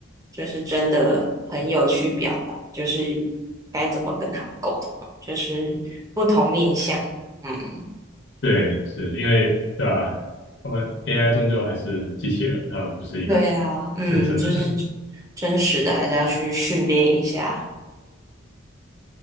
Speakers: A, on the right (about 15°); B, on the left (about 55°).
A: 就是真的朋友去表达，就是该怎么跟他们沟通啊，就是不同面向。嗯，
B: 对，是因为对啊，他们 AI 终究还是机器人，他们不是一个
A: 对啊，嗯，
B: 真正的人。
A: 就是真实的还是要去训练一下。